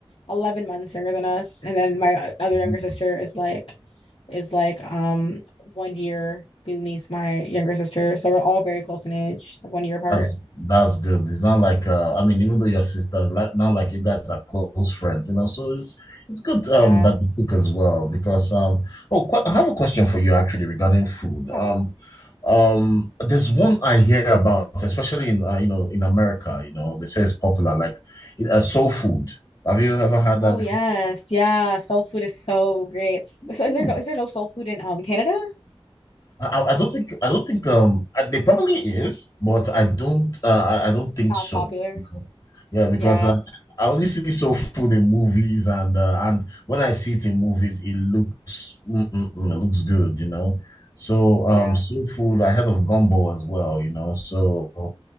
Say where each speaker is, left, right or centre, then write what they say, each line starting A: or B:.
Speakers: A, on the left (about 70°); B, on the left (about 40°).
A: 11 months younger than us, and then my uh, other
B: Mm-hmm.
A: younger sister is like is like um one year beneath my younger sister. So we're all very close in age, like one year apart.
B: That's that's good. It's not like uh, I mean, even though your sisters, like not like you guys are close friends, you know. So it's it's good
A: Yeah.
B: um that you cook as well because um oh qu I have a question for you actually regarding food.
A: Yeah.
B: Um um there's one I hear about, especially in uh, you know in America, you know, they say it's popular like uh, soul food. Have you ever had that
A: Oh yes. Yeah. Soul food is so great. So
B: before?
A: is there no is there no soul food in um Canada?
B: I, I don't think I don't think um I- there probably is, but I don't uh, I, I don't think
A: Not
B: so.
A: as popular.
B: No. Yeah, because
A: Yeah,
B: uh, I only see soul food in movies, and uh, and when I see it in movies, it looks mm, mm, mm, it looks good, you know. So
A: yeah,
B: um soul food, I heard of gumbo as well, you know. So